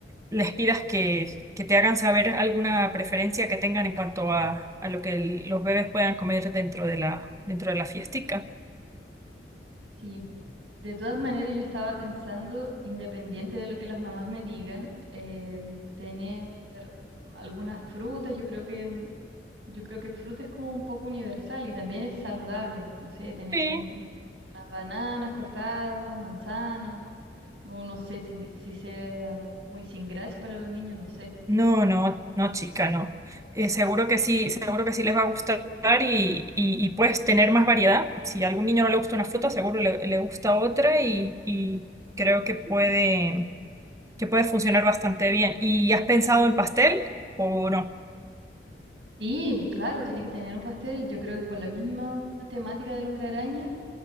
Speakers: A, on the right; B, on the right.
A: les pidas que, que te hagan saber alguna preferencia que tengan en cuanto a, a lo que el- los bebés puedan comer dentro de la, dentro de la fiestica.
B: Sí, de todas maneras yo estaba pensando, independiente de lo que las mamás me digan, em, tener algunas frutas, yo creo que mm, yo creo que fruta es como un poco universal y también es saludable, no sé, tener
A: Sí,
B: un- unas bananas cortadas, manzanas, o no sé si, si sea muy sin gracia para los niños, no sé.
A: No, no, no, chica, no. Eh, seguro que sí, seguro que sí les va a gustar y, y, y puedes tener más variedad. Si a algún niño no le gusta una fruta, seguro le, le gusta otra y, y creo que puede, que puede funcionar bastante bien. ¿Y has pensado en pastel o no?
B: Sí, claro, tiene que tener un pastel, yo creo que con la misma temática del hombre araña